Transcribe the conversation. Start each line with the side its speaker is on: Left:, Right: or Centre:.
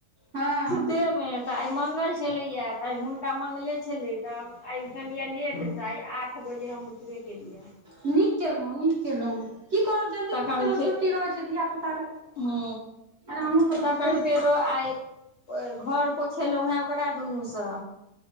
Right: हँ
Left: सुते हमै <inaudible> तऽ आइ मंगल छलैक तऽ आइ हुनका मंगले छलैक तऽ आइ उठलियै लेटसँ आइ आठ बजे हम उठबे केलियै
Right: नीक केलहुँ नीक केलहुँ की करब जल्दी
Left: तखन
Right: उठि गेलहुँ
Left: फे
Right: छुट्टी रहै छै धिया पुताके
Left: ह
Right: एनाहु तऽ करतै
Left: तखन
Right: लोक
Left: फेरो आइ घर पोछेलहुँ हेँ ओकरा दुनूसँ